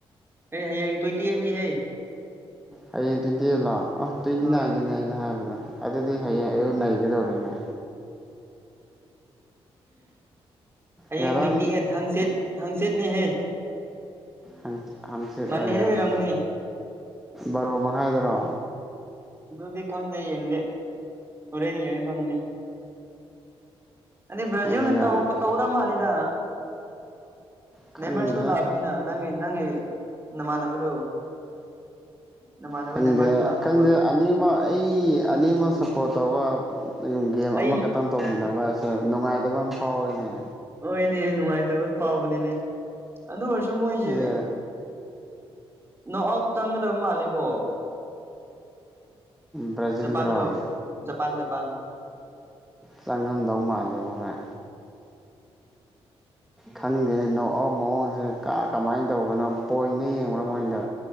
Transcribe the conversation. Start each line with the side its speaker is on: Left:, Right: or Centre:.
Right: ꯑꯩ ꯍꯌꯦꯡ ꯇ꯭ꯋꯦꯟꯇꯤ ꯑꯦꯠꯅꯤꯍꯦ
Centre: ꯍꯌꯦꯡ ꯇ꯭ꯋꯦꯟꯇꯤ ꯑꯦꯠ ꯂꯣ ꯑ ꯇ꯭ꯋꯦꯟꯇꯤ
Right: ꯍꯣꯏ
Centre: ꯅꯥꯏꯟꯗꯅꯦ ꯑꯩꯅ ꯍꯥꯏꯕꯗꯣ ꯑꯗꯨꯗꯤ ꯍꯌꯦꯡ
Right: ꯎꯝ
Centre: ꯑꯌꯨꯛ ꯅꯩꯒꯗꯧꯔꯤꯅꯦ
Right: ꯍꯌꯦꯡ
Centre: ꯉꯔꯥꯡ
Right: ꯇ꯭ꯋꯦꯟꯇꯤ ꯑꯦꯠ ꯍꯡꯆꯤꯠ ꯍꯡꯆꯤꯠꯅꯦꯍꯦ
Centre: ꯍꯪꯆꯤ ꯍꯪꯆꯤꯠ
Right: ꯃꯟꯗꯦꯗ
Centre: ꯑꯣꯏꯔꯝꯅꯦ
Right: ꯑꯣꯏꯔꯝꯒꯅꯤ
Centre: ꯕꯥꯔꯣ ꯃꯈꯥꯏꯗꯔꯣ
Right: ꯑꯗꯨꯗꯤ ꯈꯪꯗꯦ ꯌꯦꯡꯗꯦ ꯍꯣꯔꯦꯟ ꯌꯦꯡꯉꯥ ꯈꯪꯒꯅꯤ ꯑꯗꯨꯗꯤ ꯕ꯭ꯔꯥꯖꯤꯜꯅ
Centre: ꯑꯗꯨꯒ
Right: ꯇꯧꯒ ꯇꯧꯒꯗꯕ ꯃꯥꯜꯂꯤꯗ
Centre: ꯈꯪꯗꯦ
Right: ꯅꯦꯃꯥꯔꯁꯨ ꯂꯥꯛꯑꯕꯅꯤꯅ ꯅꯪꯒꯤ ꯅꯪꯒꯤ ꯅꯃꯥꯟꯅꯕꯗꯨ ꯅꯃꯥꯟꯅꯕ
Centre: ꯈꯪꯗꯦ
Right: ꯅꯦꯃꯥꯔꯁꯨ ꯂꯥꯛꯈ꯭ꯔꯦꯕ
Centre: ꯈꯪꯗꯦ ꯑꯅꯤꯃꯛ ꯑꯩ ꯑꯅꯤꯃꯛ ꯁꯞꯄꯣꯔꯠ ꯇꯧꯕ ꯒꯦꯝ
Right: ꯑꯩꯁꯨ
Centre: ꯑꯃꯈꯛꯇꯪ ꯇꯧꯃꯤꯟꯅꯕ ꯑꯁꯦ ꯅꯨꯡꯉꯥꯏꯇꯕ ꯑꯃ ꯐꯥꯎꯏꯅꯦ
Right: ꯍꯣꯏꯅꯦ ꯅꯨꯡꯉꯥꯏꯇꯕ ꯐꯥꯎꯕꯅꯤꯅꯦ ꯑꯗꯨ ꯑꯣꯏꯔꯁꯨ ꯃꯣꯏꯖꯦ
Centre: ꯑꯩꯒꯤ
Right: ꯅꯣꯛ ꯑꯥꯎꯠ ꯆꯪꯒꯗꯕ ꯃꯥꯜꯂꯦꯀꯣ
Centre: ꯕ꯭ꯔꯥꯖꯤꯜꯗꯨꯔꯣ
Right: ꯖꯄꯥꯟꯗꯣ ꯖꯄꯥꯟ ꯖꯄꯥꯟ
Centre: ꯆꯪꯉꯝꯗꯧ ꯃꯥꯜꯂꯦꯕꯣ ꯍꯣꯏ ꯈꯪꯗꯦꯅꯦ ꯅꯣꯛꯑꯥꯎꯠ ꯃꯑꯣꯡꯁꯦ ꯀꯥ ꯀꯃꯥꯏꯅ ꯇꯧꯕꯅꯣ ꯄꯣꯏꯟꯗ ꯌꯦꯡꯕ꯭ꯔꯣ ꯃꯣꯏꯗꯣ